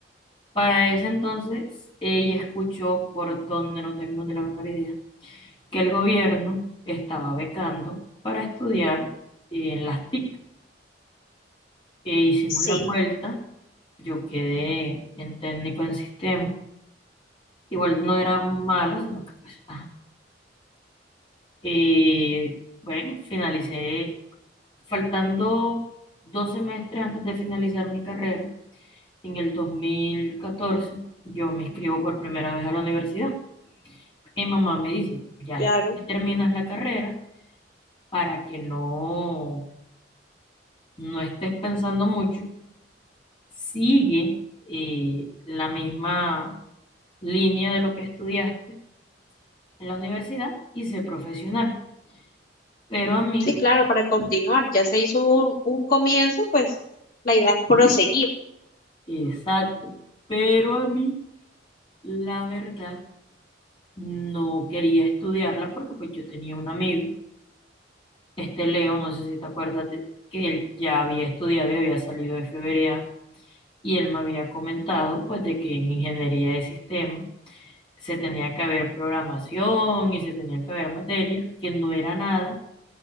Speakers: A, on the left; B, on the left.
A: Para ese entonces, ella escuchó, por donde no tengo ni la menor idea, que el gobierno estaba becando para estudiar en las TIC. E hicimos
B: Sí,
A: la vuelta, yo quedé en técnico en sistema. Igual no era malo, sino que pues, ajá. Eh, bueno, finalicé faltando dos semestres antes de finalizar mi carrera. En el 2014 yo me inscribo por primera vez a la universidad. Y mamá me dice, ya
B: claro.
A: terminas la carrera para que no, no estés pensando mucho. Sigue eh, la misma línea de lo que estudiaste en la universidad y sé profesional. Pero a mí,
B: Sí, claro, para continuar. Ya se hizo un, un comienzo, pues la idea es proseguir.
A: exacto, pero a mí, la verdad, no quería estudiarla porque pues yo tenía un amigo Este Leo, no sé si te acuerdas de- que él ya había estudiado y había salido de FBA y él me había comentado pues de que en ingeniería de sistemas se tenía que haber programación y se tenían que haber materias que no era nada